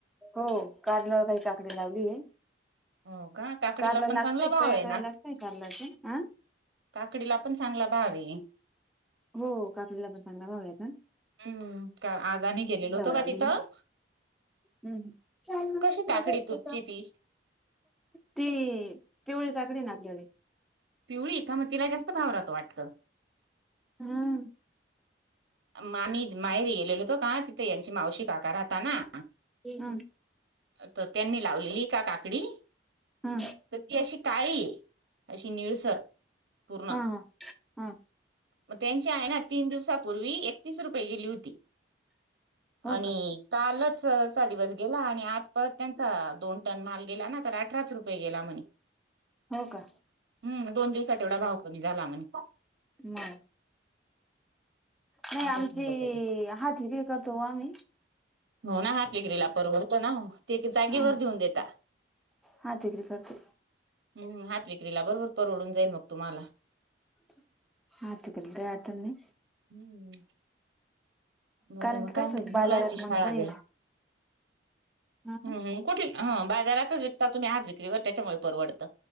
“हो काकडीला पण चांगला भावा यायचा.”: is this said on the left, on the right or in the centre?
Centre